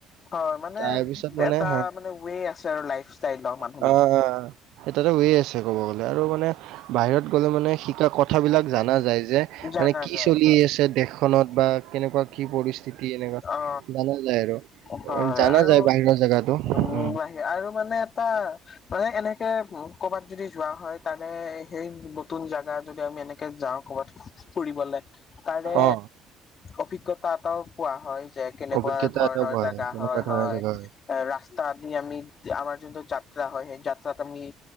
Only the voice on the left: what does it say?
হয় মানে
এটা
মানে ৱে আছে আৰু লাইফ ষ্টাইলৰ মানে
জানা
যায়
হয়
অ
হয়
আৰু
<unintelligible>
আৰু মানে এটা মানে এনেকে কৰ'বাত যদি যোৱা হয় তাৰে সেই নতুন জাগা যদি আমি এনেকে যাও ক'বাত ফুৰিবলে তাৰে
অভিজ্ঞতা এটাও পোৱা হয় যে কেনেকুৱা
ধৰণৰ
জাগা
হয়,
হয়।
ৰাস্তা দি আমি আমাৰ যোনটো যা যাত্ৰা হয় সেই যাত্ৰাত আমি